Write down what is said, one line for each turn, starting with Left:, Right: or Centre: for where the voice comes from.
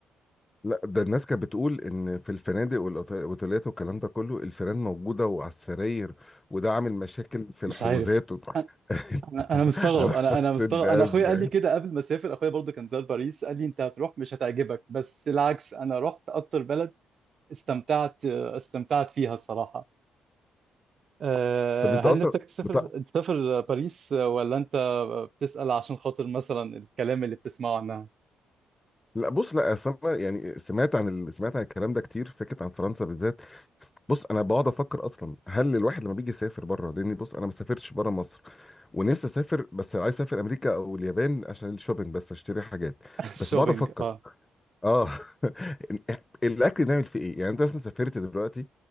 Left: لا ده الناس كانت بتقول ان في الفنادق والاوتيلات والكلام ده كله الفيران موجوده وعلى السراير وده عامل مشاكل في
Right: مش
Left: الحجوزات
Right: عارف
Left: و... <laughs>
Right: انا أنا مستغرب
Left: انا
Right: انا
Left: حسيت
Right: انا مستغرب
Left: بازمه
Right: انا اخويا قال لي كده قبل ما اسافر اخويا برضه كان زار باريس قال لي انت هتروح مش هتعجبك بس العكس انا رحت اكتر بلد استمتعت استمتعت فيها الصراحة أه،
Left: طب انت
Right: هل
Left: اصلا
Right: نفسك تسافر
Left: بتاع
Right: تسافر باريس ولا انت بتسأل عشان خاطر مثلا الكلام اللي بتسمعه عنها
Left: لا بص لا اصل انا يعني سمعت عن ال... سمعت عن الكلام ده كتير فكره عن فرنسا بالذات بص انا بقعد افكر اصلا هل الواحد لما بيجي يسافر بره لان بص انا ما سافرتش بره مصر ونفسي اسافر بس عايز اسافر امريكا او اليابان عشان الشوبينج بس اشتري حاجات
Right: <laughs> الشوبينج
Left: بس بقعد افكر
Right: اه
Left: اه <laughs> الاكل نعمل فيه ايه يعني انت مثلا سافرت دلوقتي